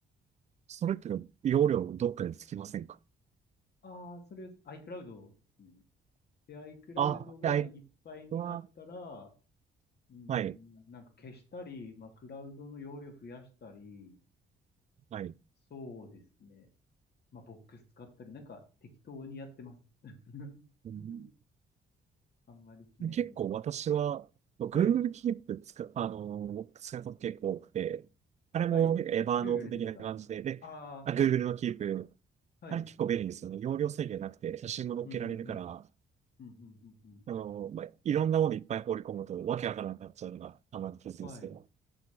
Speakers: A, on the right (about 35°); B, on the left (about 55°).
A: それって容量どっかでつきませんか
B: ああ、それ iCloud ですね。で、iCloud
A: あ、
B: がいっぱいになったら、
A: はい。は、
B: うーん、
A: はい。
B: なんか消したり、まあ、クラウドの容量増やしたり、
A: はい。
B: そうですね。まあ、ボックス使ったり、なんか適当にやってます。<laughs>
A: うん
B: うんあんまり決めずに。
A: 結構私は Google
B: はい、
A: Keep 使う、あのー、使うこと結構多くて、あれも結構エバーノート的な感じで、
B: はい。Google ですかああー、
A: で、あ、Google
B: はい、
A: の Keep、
B: はい。
A: あれ結構便利ですよね。容量制限なくて写真も載っけられるから、
B: うん、うん、うん。うん、うん、うん、うん。
A: あの、まあ、いろんなものいっぱい放り込むと、わけわからなくなっちゃうのが、たまにケツですけど、
B: はい。